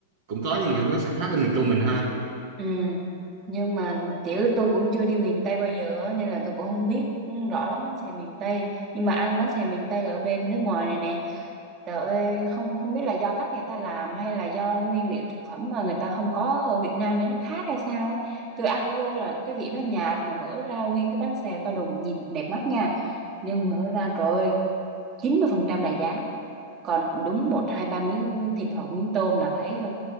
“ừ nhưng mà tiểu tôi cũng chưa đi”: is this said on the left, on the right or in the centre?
Right